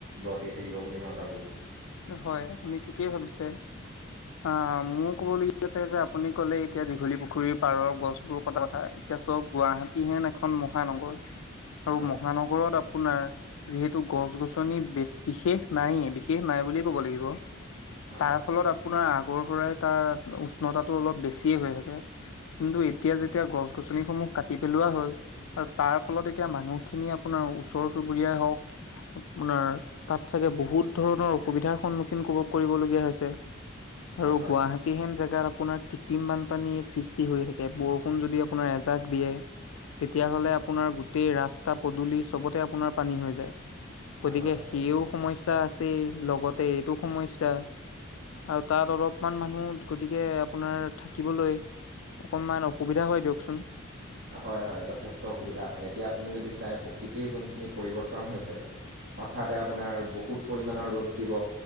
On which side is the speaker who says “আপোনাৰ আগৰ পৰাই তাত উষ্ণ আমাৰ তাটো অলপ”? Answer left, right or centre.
Left